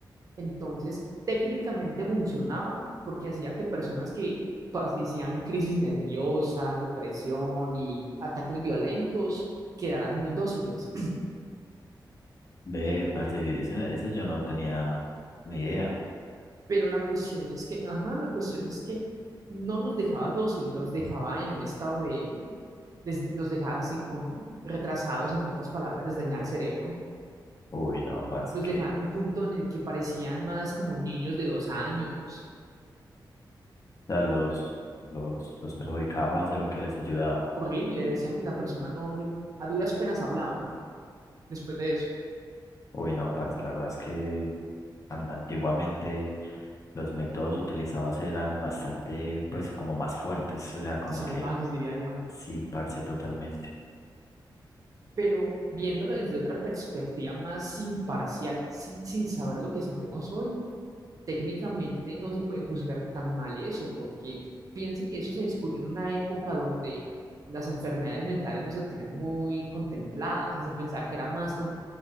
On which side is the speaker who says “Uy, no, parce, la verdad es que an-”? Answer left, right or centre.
Left